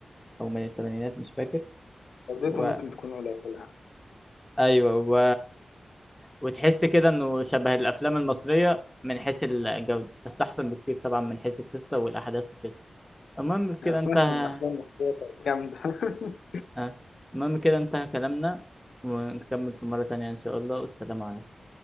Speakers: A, in the centre; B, on the left.
A: أو من الثمانينات مش فاكر
B: جودته
A: و...
B: ممكن تكون قليلة
A: أيوة و... وتحس كده إنه شبه الأفلام المصرية من حيث الجودة بس أحسن بكتير طبعا من حيث القصة والأحداث وكده المهم كده
B: أنا سمعت
A: انتهى
B: إن الأفلام المصرية كانت جامدة <laughs>
A: آه، المهم كده انتهى كلامنا ونكمل في مرة تانية إن شاء الله والسلام عليكم